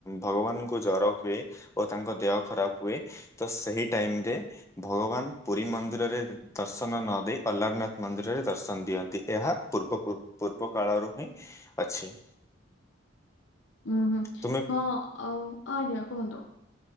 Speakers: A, on the left; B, on the left.
A: ଭଗବାନଙ୍କୁ ଜର ହୁଏ। ଓ ତାଙ୍କ ଦେହ ଖରାପ ହୁଏ ତ ସେଇ ଟାଇମ ରେ ଭଗବାନ ପୁରୀ ମନ୍ଦିରରେ ଦର୍ଶନ ନ ଦେଇ ଅଲାରନାଥ ମନ୍ଦିରରେ ଦର୍ଶନ ଦିଅନ୍ତି। ଏହା ପୂର୍ବ ପୂର୍ବ କାଳରୁ ହିଁ ଅଛି।
B: ହୁଁ, ହୁଁ
A: ତୁମେ
B: ହଁ ଆଉ ଆଜ୍ଞା କୁହନ୍ତୁ।